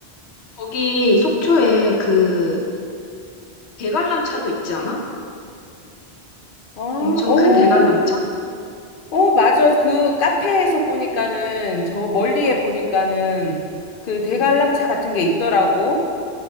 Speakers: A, on the left; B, on the left.
A: 거기 속초에 그 대관람차도 있지 않아?
B: 아,
A: 엄청
B: 오,
A: 큰 대관람차?
B: 오, 맞아. 그 카페에서 보니까는, 저 멀리에
A: 어,
B: 보니까는 그
A: 응,
B: 대관람차
A: 응.
B: 같은 게 있더라고.